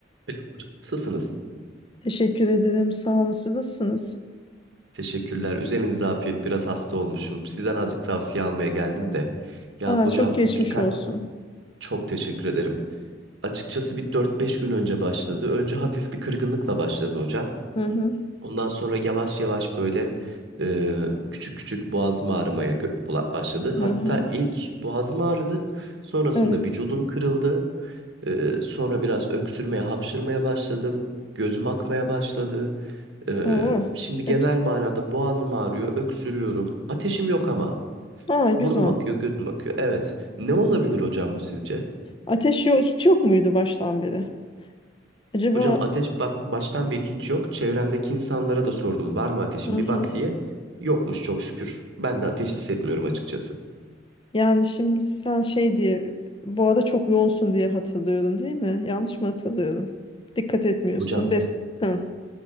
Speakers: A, on the right (about 75°); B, on the left (about 30°).
A: Peki hocam, Nasılsınız?
B: Teşekkür ederim. Sağ olun. Siz nasılsınız?
A: Teşekkürler. Üzerinize afiyet. Biraz hasta olmuşum. Sizden azıcık tavsiye almaya geldim de. Ya
B: Aa,
A: hocam
B: çok geçmiş
A: birkaç
B: olsun.
A: çok teşekkür ederim. Açıkçası bir dört beş gün önce başladı. Önce hafif bir kırgınlıkla başladı hocam.
B: Hı hı.
A: Ondan sonra yavaş yavaş böyle e, küçük küçük boğazım ağrımaya gö- bula- başladı.
B: Hı
A: Hatta
B: hı.
A: ilk boğazım ağrıdı. Sonrasında
B: Evet.
A: vücudum kırıldı. E, sonra biraz öksürmeye, hapşırmaya başladım. Gözüm akmaya başladı. Ee,
B: Oo,
A: şimdi genel
B: hepsi.
A: manada boğazım ağrıyor, öksürüyorum. Ateşim yok ama
B: Aa, güzel.
A: burnum akıyor, gözüm akıyor. Evet. Ne olabilir hocam bu sizce?
B: Ateş yok, hiç yok muydu baştan beri? Acaba
A: Hocam ateş bak baştan beri hiç yok. Çevremdeki insanlara da sordum var mı ateşin
B: hı hı.
A: bir bak diye. Yokmuş çok şükür. Ben de ateş hissetmiyorum açıkçası.
B: Yani şimdi sen şey diye bu arada çok yoğunsun diye hatırlıyorum değil mi? Yanlış mı hatırlıyorum? Dikkat etmiyorsun.
A: Hocam
B: Bes hı,